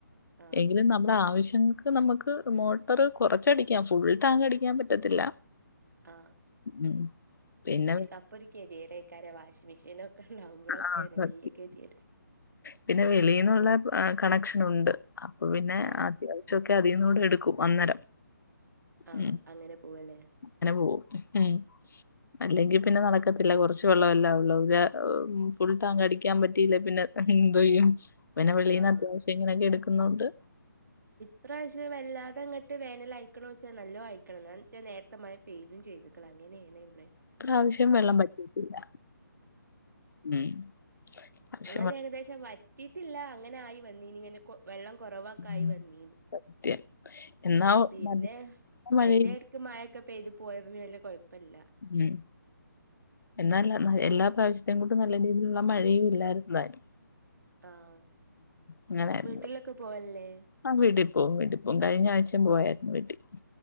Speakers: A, on the right; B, on the left.
A: ആഹ്
B: എങ്കിലും നമ്മുടെ ആവശ്യങ്ങൾക്ക്‌ നമുക്ക് മോട്ടറ് കുറച്ച് അടിക്കാം ഫുൾ ടാങ്ക് അടിക്കാൻ പറ്റത്തില്ല
A: ആ
B: ഉം പിന്നെ
A: അപ്പൊ ഒരു കെതെയ്ട് അയ്കാരം വാഷിംങ്ങ് മെഷീനും അപ്പൊളൊക്കെ
B: ആ
A: ആണ്
B: സത്യം.
A: വല്ല്യ കെതേയ്ട്
B: പിന്നെ വെളിന്നുള്ള കണക്ഷൻ ഉണ്ട് അപ്പൊ പിന്നെ
A: ആഹ്
B: ച്ചൊ ഒക്കെ അതീന്നൂടെ എടുക്കും അന്നേരം
A: ആ
B: ഉം
A: അങ്ങനെ പോവല്ലേ
B: അങ്ങനെ പോവും ഉം അല്ലെങ്കിൽ പിന്നെ നടക്കത്തില്ല കുറച്ച് വെള്ളമല്ലാ ഒള്ളൂ ഫുൾ ട്ടാങ്ക്‌ അടിക്കാൻ പറ്റിയില്ലേ പിന്നെ എന്തെയ്യും പിന്നെ വെളീന്ന്
A: ആഹ്
B: അത്യാവശ്യം ഇങ്ങനെയൊക്കെ എടുക്കുന്നോണ്ട്
A: ഇപ്രാവശ്യം വല്ലാതെ അങ്ങോട്ട് വേനൽ അയക്ണോന്ന് ചോയ്ച്ചാൽ നല്ലോം അയ്ക്ണ് എന്നാ നേര്തെ മഴ പെയ്തും ചെയ്ത്ക്ണ് അങ്ങനെ ഏണ് ഇള്ളത്
B: ഇപ്രാവശ്യം വെള്ളം വറ്റിട്ടില്ല ഉം ആവശ്യം
A: ഞങ്ങള്ത്
B: വ-
A: ഏകദേശം വറ്റിയിട്ടില്ല അങ്ങനെ ആയി വന്നിനി ഇങ്ങനെ കൊ വെള്ളം കുറവൊക്കായി
B: ഉം.
A: വന്നീനി
B: സത്യം എന്നാ
A: ഉം പിന്നെ
B: നല്ല മഴയും
A: അയ്ന്റെട് ഇപ്പൊ മഴ ഒക്കെ പെയ്തു പോയപ്പം പിന്നെ വല്ല്യ കൊഴപ്പല്ല
B: ഉം എന്നാൽ എല്ലാ പ്രാവശ്യത്തെ കൊണ്ടും നല്ല രീതിയിലുള്ള മഴയും ഇല്ലായിരുന്നു താനും
A: ആഹ്
B: അങ്ങനായിരുന്നു
A: വീട്ടിലൊക്കെ പോവാൽലെ
B: ആ വീട്ടി പോവും വീട്ടി പോവും കഴിഞ്ഞ ആഴ്ചയും പോയായിരുന്നു വീട്ടിൽ